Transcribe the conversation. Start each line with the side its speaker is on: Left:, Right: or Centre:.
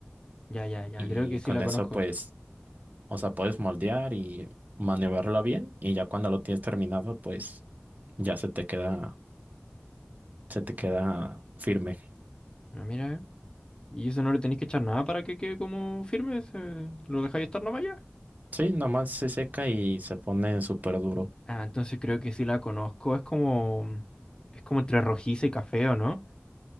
Left: ya, ya, ya.
Right: Y
Left: Creo que sí
Right: con
Left: la
Right: eso,
Left: conozco.
Right: pues, o sea, puedes moldear y maniobrarla bien. Y ya cuando lo tienes terminado, pues ya se te queda, se te queda firme.
Left: Bueno, mira, eh. ¿Y eso no le tenéis que echar nada para que quede como firme? ¿Se- ¿Lo dejáis estar nomás ya?
Right: Sí, nomás se seca y se pone súper duro.
Left: Ah, entonces creo que sí la conozco. Es como. Es como entre rojiza y café, ¿o no?